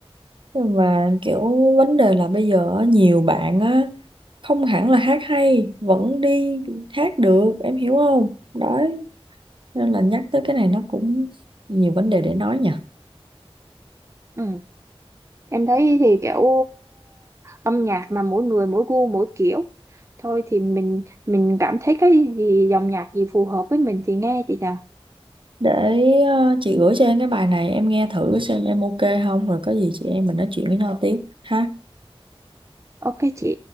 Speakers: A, on the right; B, on the right.
A: và kiểu vấn đề là bây giờ á, nhiều bạn á không hẳn là hát hay vẫn đi hát được em hiểu không? Đấy nên là nhắc tới cái này nó cũng nhiều vấn đề để nói nha.
B: Ừ. Em thấy thì kiểu âm nhạc mà mỗi người mỗi gu mỗi kiểu. Thôi thì mình mình cảm thấy cái gì dòng nhạc gì phù hợp với mình thì nghe chị nhỉ.
A: Để ờ, chị gửi cho em cái bài này em nghe thử xem em ok không rồi có gì chị em mình nói chuyện với nhau tiếp ha.
B: Ok chị,